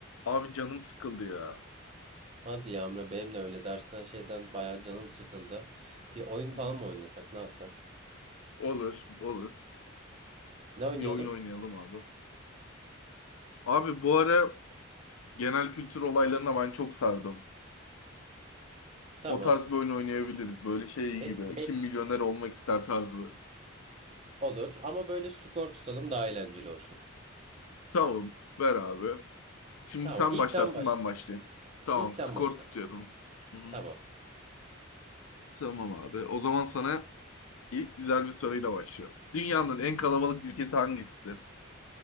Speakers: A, on the left; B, on the right.
A: Abi canım sıkıldı ya.
B: Hadi yağmura benim de öyle dersten şeyden bayağı canım sıkıldı. Bir oyun falan
A: Hı hı.
B: mı oynasak ne yapsak?
A: Olur, olur.
B: Ne oynayalım?
A: Bir oyun oynayalım abi. Abi bu ara genel kültür olaylarına ben çok sardım.
B: Tamam.
A: O tarz bir oyun oynayabiliriz. Böyle şey
B: Be,
A: gibi.
B: be-
A: Kim milyoner olmak ister tarzı.
B: olur ama böyle skor tutalım daha eğlenceli olsun.
A: Tamam, ver abi. Şimdi
B: Tamam
A: sen
B: ilk
A: başlarsın,
B: sen başla.
A: ben başlayayım. Tamam,
B: İlk sen
A: skor
B: başla.
A: tutuyorum. Hı hı.
B: Tamam.
A: Tamam abi. O zaman sana ilk güzel bir soruyla başlıyorum. Dünyanın en kalabalık ülkesi hangisidir?